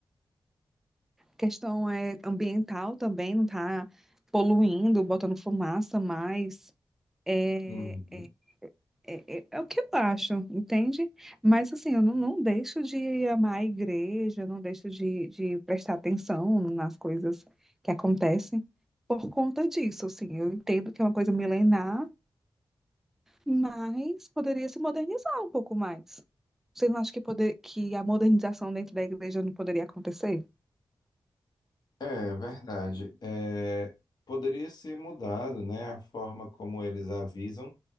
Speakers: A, in the centre; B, on the left.
A: questão é ambiental também, não está poluindo, botando fumaça mais. É,
B: Uhum.
A: É, é- é o que eu acho, entende? Mas assim, eu não, não deixo de amar a igreja, eu não deixo de, de prestar atenção nas coisas que acontecem por conta disso, assim. Eu entendo que é uma coisa milenar, mas poderia se modernizar um pouco mais. Você não acha que, poder, que a modernização dentro da igreja não poderia acontecer?
B: É verdade. É, poderia ser mudado, né, a forma como eles avisam.